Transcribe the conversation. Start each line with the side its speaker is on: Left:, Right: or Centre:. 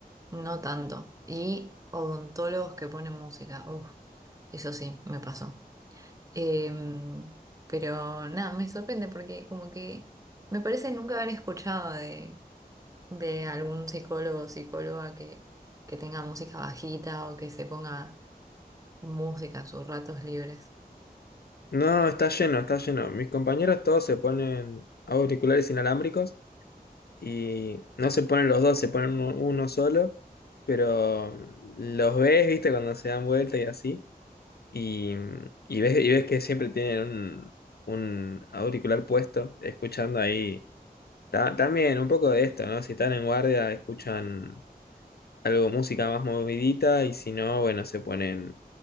Right: no tanto. Y odontólogos que ponen música, uff, eso sí, me pasó. Em, pero nada, me sorprende porque como que me parece nunca haber escuchado de, de algún psicólogo o psicóloga que, que tenga música bajita o que se ponga música en sus ratos libres.
Left: No, está lleno, está lleno. Mis compañeros todos se ponen auriculares inalámbricos y no se ponen los dos, se ponen uno, uno solo, pero los ves, viste, cuando se dan vuelta y así, y, y ves, y ves que siempre tienen un, un auricular puesto, escuchando ahí. Ta- también un poco de esto, ¿no? Si están en guardia, escuchan algo, música más movidita, y si no, bueno, se ponen